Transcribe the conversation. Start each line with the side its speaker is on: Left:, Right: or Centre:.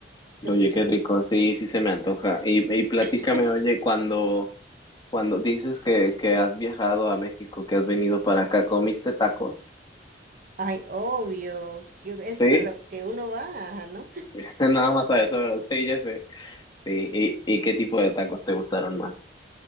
Right: ¿Qué
Left: oye,
Right: opinas?
Left: qué rico, sí, sí se me antoja. Y, y platícame,
Right: <laughs>
Left: oye, cuando. Cuando dices que, que has viajado a México, que has venido para acá, ¿comiste tacos?
Right: Ay, obvio, que es
Left: Sí,
Right: para lo que uno va, ¿no? <laughs>
Left: <laughs> nada más
Right: Para
Left: a eso, ¿verdad? Sí, ya sé. Sí, ¿y, y qué tipo de tacos te gustaron más?